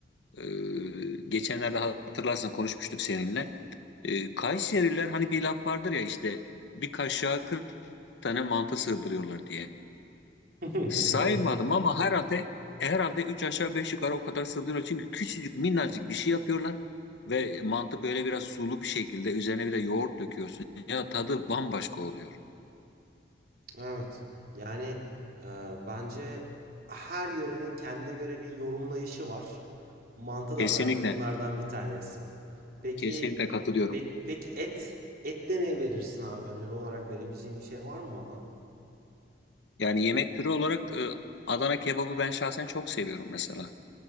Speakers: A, on the left; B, on the right.
A: E, geçenlerde hatırlarsan konuşmuştuk seninle. E, Kayseriler hani bir laf vardır ya işte bir kaşığa 40 tane mantı sığdırıyorlar diye.
B: <laughs>
A: Saymadım
B: Evet.
A: ama herhalde herhalde 3 aşağı 5 yukarı o kadar sığdırıyor. Çünkü küçücük minnacık bir şey yapıyorlar ve mantı böyle biraz sulu bir şekilde üzerine bir de yoğurt döküyorsun. Ya tadı bambaşka oluyor.
B: Evet. Yani e, bence her yörenin kendine göre bir yorumlayışı var. Mantı
A: Kesinlikle.
B: da bence bunlardan bir tanesi. Peki
A: Kesinlikle katılıyorum.
B: pek peki et ette ne verirsin abi? Öneri olarak verebileceğim bir şey var mı bana?
A: Yani yemek türü olarak e, Adana kebabı ben şahsen çok seviyorum mesela.